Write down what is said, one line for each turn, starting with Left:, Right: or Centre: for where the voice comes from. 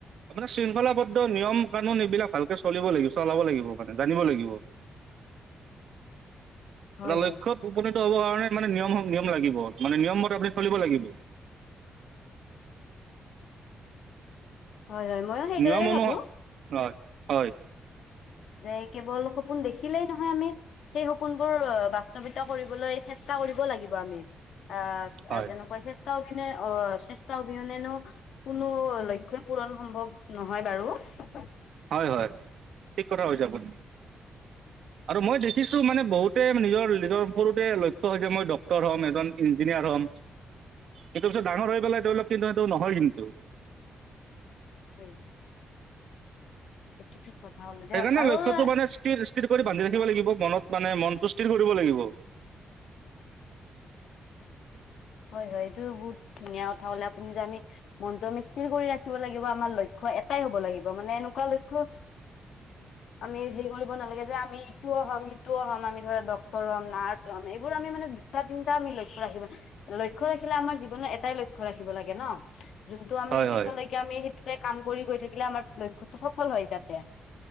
Right: আপোনাৰ শৃংখলাবদ্ধ নিয়ম- কানুন এইবিলাক ভালকে চলিব লাগিব, চলাব লাগিব মানে জানিব লাগিব।
Left: <inaudible> হয়
Right: এটা লক্ষ্যত
Left: হয়
Right: উপনি হ'ব কাৰণে মানে নিয়ম -নিয়ম লাগিব মানে নিয়মমতে আপুনি চলিব লাগিব।
Left: হয় হয় ময়ো সেইদৰে
Right: নিয়ম অনুস
Left: ভাবো
Right: <inaudible> হয় - হয়।
Left: যে কেৱল সপোন দেখিলেই নহয় আমি, সেই সপোনবোৰ বাস্তৱিত কৰিবলৈ চেষ্টা কৰিব লাগিব আমি অহ
Right: হয়
Left: যেনেকুৱা চেষ্ট অবিনে অহ চেষ্টা অবিহনেনো কোনো লক্ষ্যই পূৰণ সম্ভৱ নহয় বাৰু। <unintelligible>
Right: হয় -হয় ঠিক কথা কৈছে আপুনি আৰু মই দেখিছো মানে বহুতে নিজৰ- নিজৰ সৰুতে লক্ষ্য হৈছে মই ডক্টৰ হ'ম, এজন ইঞ্জিনিয়াৰ হ'ম এইটো পিছত ডাঙৰ হৈ পেলাই তেওঁলোক চিন্তাৰ দৰে নহয় কিন্তু।
Left: <unintelligible> হ'ল দিয়ক
Right: সেইকাৰনে
Left: আৰু
Right: লক্ষ্যটো
Left: হয়
Right: মানে স্থিৰ থিৰ কৰি বান্ধি ৰাখিব লাগিব মনত মানে মনটো স্থিৰ কৰিব লাগিব।
Left: হয় -হয় এইটো বহুত ধুনীয়া কথা হলে আপুনি যে আমি মনটো আমি স্থিৰ কৰি ৰাখিব লাগিব আমাৰ লক্ষ্য এটাই হ'ব লাগিব মানে এনেকুৱা লক্ষ্য <inaudible> আমি হেৰি কৰিব নালাগে যে আমি ইটোও হম সিটোও হম আমি ধৰা ডক্টৰ হম, নাৰ্ছ হম এইবোৰ আমি মানে দুটা-তিনটা আমি লক্ষ্য ৰাখিব লক্ষ্য ৰাখিলে আমাৰ জীৱনৰ এটাই লক্ষ্য ৰাখিব লাগে ন যোনটো আমি
Right: হয়
Left: পিছলৈকে
Right: হয়
Left: আমি সে তে কাম কৰি গৈ থাকিলে আমাৰ লক্ষ্যটো সফল হয় যাতে।